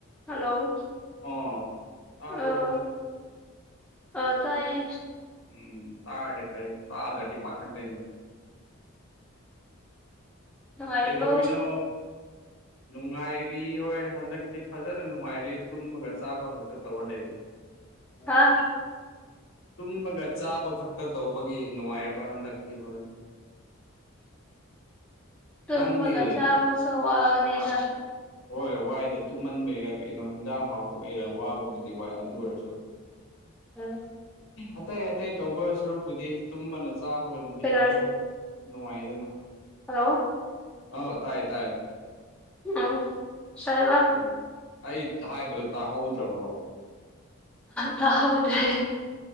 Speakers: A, in the centre; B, on the left (about 70°).
A: Hello
B: ꯑꯣ ꯇꯥꯕ꯭ꯔꯣ
A: ꯑꯥ ꯑꯥ ꯇꯥꯏꯌꯦ
B: ꯎꯝ ꯇꯥꯔꯗꯤ ꯐꯩ ꯇꯥꯗ꯭ꯔꯥꯗꯤ ꯄꯥꯈꯠꯂꯦꯅꯦ
A: ꯅꯨꯡꯉꯥꯏꯔꯤꯕꯣ
B: ꯀꯩꯗꯧꯔꯤꯅꯣ ꯅꯨꯡꯉꯥꯏꯔꯤ ꯍꯣꯏ ꯍꯟꯗꯛꯇꯤ ꯐꯥꯖꯅ ꯅꯨꯡꯉꯥꯏꯔꯤ ꯇꯨꯝꯃꯒ ꯆꯥꯕ ꯈꯛꯇ ꯇꯧꯔ ꯂꯩꯕꯒꯤ
A: ꯍꯥ
B: ꯇꯨꯝꯕꯒ ꯆꯥꯕ ꯈꯛꯇ ꯇꯧꯕꯒꯤ ꯅꯨꯡꯉꯥꯏꯕ ꯍꯟꯗꯛꯇꯤ ꯍꯣꯏ
A: ꯇꯨꯝꯕꯒ
B: ꯅꯪꯗꯤ
A: ꯆꯥꯕꯁꯨ ꯋꯥꯕꯅꯤꯗ
B: ꯍꯣꯏ ꯋꯥꯏꯗ ꯇꯨꯝꯃꯟꯕꯩꯔ ꯀꯩꯅꯣ ꯍꯦꯟꯖꯥꯡ ꯍꯥꯎꯇꯕꯩꯔ ꯋꯥꯕꯕꯨꯗꯤ ꯋꯥꯏ ꯑꯗꯨ ꯑꯣꯏꯔꯁꯨ
A: ꯎꯝ
B: ꯑꯇꯩ ꯑꯇꯩ ꯇꯧꯕ ꯁꯔꯨꯛꯄꯨꯗꯤ ꯇꯨꯝꯕꯅ ꯆꯥꯕꯒꯅꯗꯤ
A: ꯀꯩꯗꯧꯔꯤ
B: ꯍꯣꯏ ꯅꯨꯡꯉꯥꯏꯗꯅ
A: ꯍꯜꯂꯣ
B: ꯑꯥꯎ ꯇꯥꯏ ꯇꯥꯏ
A: ꯑꯥꯎ ꯀꯩꯕ
B: ꯎꯝ ꯑꯩ ꯍꯥꯏꯕꯗꯣ ꯇꯥꯍꯧꯗ꯭ꯔꯕꯣ
A: ꯇꯥ ꯍꯧꯗ꯭ꯔꯦ